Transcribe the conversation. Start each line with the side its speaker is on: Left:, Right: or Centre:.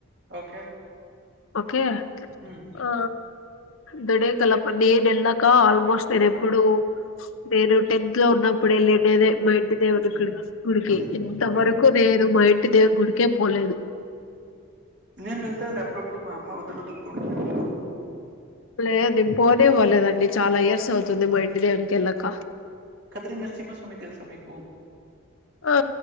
Right: ఓకే
Left: ఓకే
Right: ఉమ్
Left: ఆ ఆ దోడేకలప్ నేన్ ఎళ్ళక ఆల్మోస్ట్ నేన్ ఎప్పుడు నేను టెన్త్ లో ఉన్నప్పుడు ఎల్ లెన్నెదేం మా ఇంటి దేవుణ్ణి గుడ్ కీ గుడికి
Right: ఉమ్
Left: ఇంతవరకు
Right: ఉమ్
Left: నేను మా ఇంటి దే గుడికే పోలేదు
Right: నేన్ వెల్తాండి అప్పుఅప్పుడు మామ్మ వదలదు తోడుకొనే
Left: లేద్ నే పోనే పోలేదండి చాలా ఇయర్స్ అవుతుంది మా ఇంటి దేవున్నికెళ్ళక
Right: కదిరిన్ నసిమ్మ స్వామి తెల్స మీకు
Left: ఆ